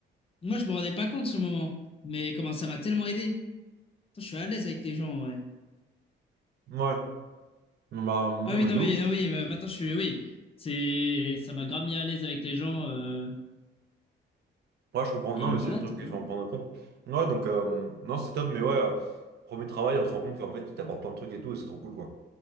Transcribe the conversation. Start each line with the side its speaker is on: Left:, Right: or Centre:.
Left: Moi, je me rendais pas compte ce moment. Mais comment ça m'a tellement aidé. Putain, je suis à l'aise avec les gens, ouais.
Right: Ouais, non, bah, non,
Left: Ah oui,
Right: mais
Left: non,
Right: de ouf.
Left: oui, non, oui, euh, maintenant je suis, oui, c'est, ça m'a grave mis à l'aise avec les gens, euh,
Right: Ouais, je comprends.
Left: et
Right: Non, mais
Left: voilà,
Right: c'est des trucs
Left: tout simplement.
Right: qu'il faut en prendre en compte. Ouais, donc, euh, non, c'est top, mais ouais, euh, premier travail, on se rend compte qu'en fait, tu t'apportes plein de trucs et tout, et c'est trop cool, quoi.